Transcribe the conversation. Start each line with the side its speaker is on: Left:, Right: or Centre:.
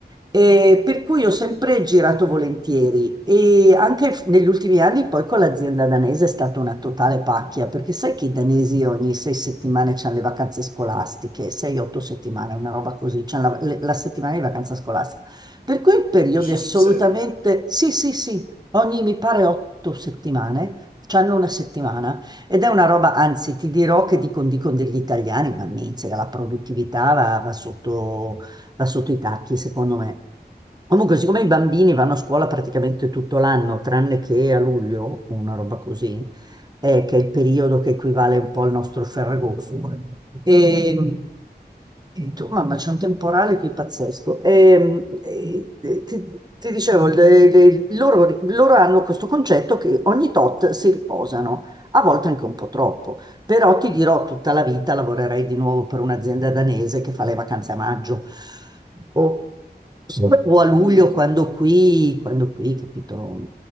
Right: E per cui ho sempre girato volentieri e anche f- negli ultimi anni poi con l'azienda danese è stata una totale pacchia, perché sai che i danesi ogni sei settimane c'hanno le vacanze scolastiche, sei, otto settimane, una roba così, c'hanno la, le- la settimana di vacanza scolastica. Per cui periodi
Left: dici
Right: assolutamente,
Left: sul serio?
Right: sì, sì, sì, ogni, mi pare, otto settimane, c'hanno una settimana ed è una roba, anzi, ti dirò che dicono dicono degli italiani, ma miseria, la produttività va, va sotto, va sotto i tacchi, secondo me. Comunque, siccome i bambini vanno a scuola praticamente tutto l'anno, tranne che a luglio, una roba così, eh, che è il periodo che equivale un po' al nostro Ferragosto. E, e tu, mamma, c'è un temporale qui pazzesco. E, e- e ti, ti dicevo, le- le- loro, loro hanno questo concetto che ogni tot si riposano, a volte anche un po' troppo, però ti dirò tutta la vita lavorerei di nuovo per un'azienda danese che fa le vacanze a maggio. Boh o a luglio
Left: Mm.
Right: quando qui, quando qui, capito?